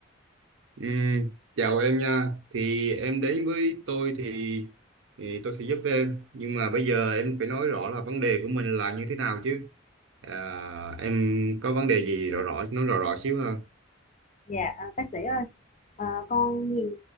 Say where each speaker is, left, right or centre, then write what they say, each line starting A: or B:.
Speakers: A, on the right (about 70°); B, on the left (about 35°).
A: Ừm, chào em nha. Thì em đến với tôi thì, thì tôi sẽ giúp em. Nhưng mà bây giờ em phải nói rõ là vấn đề của mình là như thế nào chứ. À, em có vấn đề gì rõ rõ nói rõ rõ xíu ha.
B: Dạ, ờ, bác sĩ ơi. Ờ, con nhìn